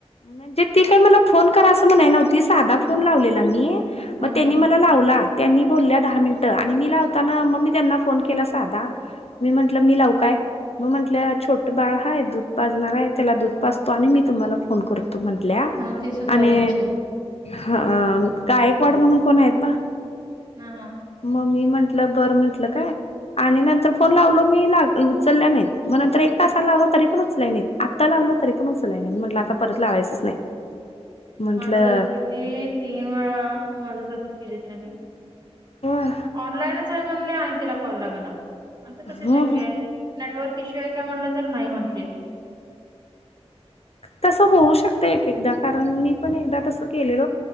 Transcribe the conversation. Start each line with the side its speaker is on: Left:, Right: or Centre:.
Left: म्हणजे ती काय मला फोन करा असं म्हणाय नव्हती साधा फोन लावलेला मी
Right: ह
Left: मग त्यांनी मला लावला त्यांनी बोलल्या दहा मिनटं आणि मी लावताना मग मी त्यांना फोन केला साधा मी म्हंटलं मी लावू काय मग म्हटलं छोटं बाळ हाय दूध पाजणार आहे त्याला दूध पाजतो आणि मी तुम्हाला फोन करतो म्हंटल्या
Right: ह ती सुतारांची
Left: आणि ह गायकवाड म्हणून कोण आहेत बा
Right: हा हा
Left: मग मी म्हंटलं बरं म्हंटलं काय आणि नंतर फोन लावलो मी लाग उचलल्या नाहीत मग नंतर एक तासाला लावलं तरी पण उचलाय नाहीत आत्ता लावलं तरी पण उचलाय नाहीत म्हटलं आता परत लावायचंच नाही म्हंटलं
Right: माझ किती तीन वेळा माझ तस केलं त्यांनी
Left: होय
Right: ऑनलाईनच आहे म्हणल आणि तिला कॉल लागना असं कस
Left: हो
Right: शक्य
Left: हो
Right: आहे नेटवर्क ईशू हाय काय म्हणलं तर नाही म्हटली
Left: तसं होऊ शकत एक एकदा कारण मी पण एकदा तसं केलेल